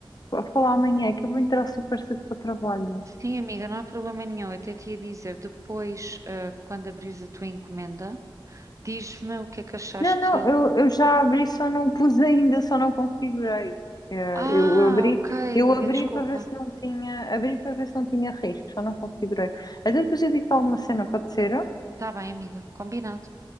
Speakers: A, on the left; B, on the right.
A: fa- falar amanhã, que eu vou entrar super cedo para o trabalho.
B: Sim, amiga, não há problema nenhum. Eu até te ia dizer, depois, ah, quando abrires a tua encomenda, diz-me o que é que achaste.
A: Não, não, eu, eu já abri, só não pus <laughs> ainda, só não configurei. Eh,
B: Ah,
A: Eu abri,
B: ok,
A: eu
B: amiga,
A: abri
B: desculpa.
A: para ver se não tinha, abri para ver se não tinha risco, só não configurei. Até depois eu digo alguma cena, pode ser?
B: Tá bem, amiga, combinado.